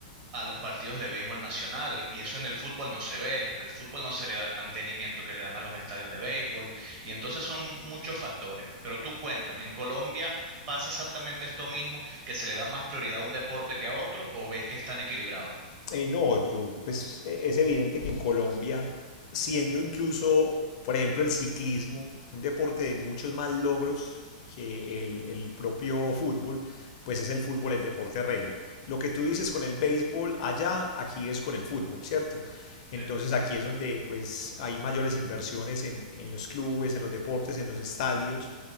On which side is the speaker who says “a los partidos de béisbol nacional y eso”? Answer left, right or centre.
Right